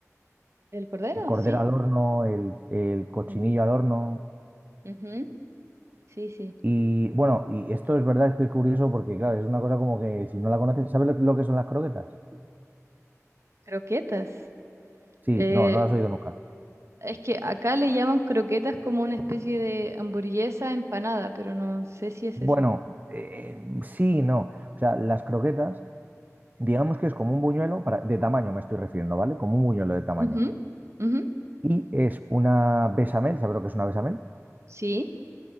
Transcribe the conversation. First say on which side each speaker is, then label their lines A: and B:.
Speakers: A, on the right; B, on the right.
A: ¿El cordero?
B: El cordero
A: Sí,
B: al horno, el, el cochinillo
A: Ujú.
B: al horno.
A: Ujú. sí, sí.
B: Y bueno, y esto es verdad, es que es curioso porque, claro, es una cosa como que si no la conoces, ¿sabes lo, lo que son las croquetas?
A: Croquetas.
B: Sí,
A: Eh,
B: no, no las he oído nunca.
A: Es que acá le llaman croquetas como una especie de hamburguesa empanada, pero no sé si es
B: Bueno,
A: eso.
B: eh, sí, y no. O sea, las croquetas, digamos que es como un buñuelo, para, de tamaño me estoy refiriendo, ¿vale? Como un buñuelo de tamaño.
A: Ujú, ujú,
B: Y es una bechamel, ¿sabes lo que es una bechamel?
A: Sí.